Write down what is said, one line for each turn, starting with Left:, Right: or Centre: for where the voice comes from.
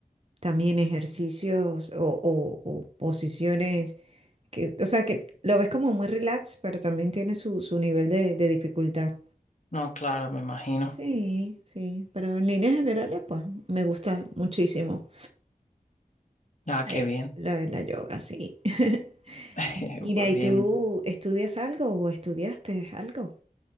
Right: también ejercicios o, o- o posiciones, que, o sea, que lo ves como muy relax, pero también tiene su, su nivel de, de dificultad.
Left: No, claro, me imagino.
Right: Sí, sí, pero en líneas generales, pues, me gusta muchísimo.
Left: Ah,
Right: Eh,
Left: qué bien.
Right: lo de la yoga, sí. <laughs>
Left: <laughs>
Right: Mira,
Left: Pues
Right: ¿y
Left: bien.
Right: tú estudias algo o estudiaste algo?